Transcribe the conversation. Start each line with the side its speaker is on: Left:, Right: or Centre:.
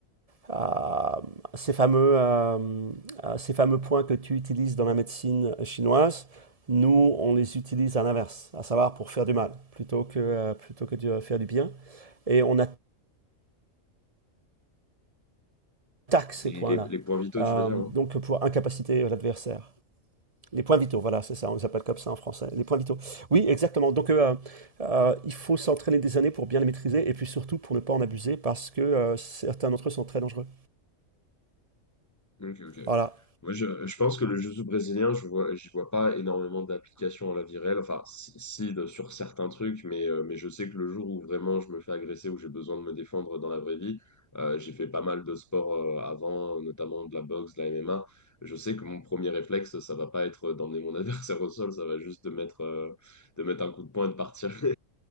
Right: ah, ces fameux, euh, ah, ces fameux points que tu utilises dans la médecine chinoise, nous, on les utilise à l'inverse, à savoir pour faire du mal, plutôt que, euh, plutôt que de faire du bien et on attaque ces
Left: Et
Right: points-là.
Left: les, les points vitaux,
Right: Euh,
Left: tu veux dire,
Right: donc
Left: hein?
Right: pour incapaciter l'adversaire. Les points vitaux, voilà, c'est ça, on les appelle comme ça en français, les points vitaux. Oui, exactement. Donc euh, euh, il faut s'entraîner des années pour bien les maîtriser et puis surtout pour ne pas en abuser parce que euh, certains d'entre eux sont très dangereux.
Left: Ok, ok.
Right: Voilà,
Left: Moi, je, je pense que le jiu-jitsu brésilien, je vois, j'y vois pas énormément d'applications à la vie réelle. Enfin, si, si, de- sur certains trucs, mais, euh, mais je sais que le jour où vraiment je me fais agresser, où j'ai besoin de me défendre dans la vraie vie, euh, j'ai fait pas mal de sports euh, avant, notamment de la boxe, de la MMA. Je sais que mon premier réflexe, ça va pas être d'emmener mon <laughs> adversaire au sol, ça va juste de mettre, euh, de mettre un coup de poing et de partir. <laughs>